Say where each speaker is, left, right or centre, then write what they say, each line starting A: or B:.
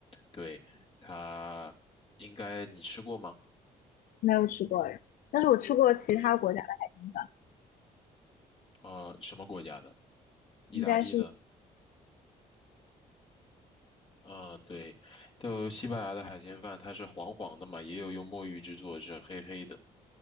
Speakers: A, on the left; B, on the left.
A: 对，它应该你吃过吗？
B: 没有吃过哎，但是我吃过其他国家的海鲜饭，
A: 对，呃，什么国家的？意大利的。
B: 应该是
A: 呃，对，就西班牙的海鲜饭，它是黄黄的嘛，也有用墨鱼制作，是黑黑的。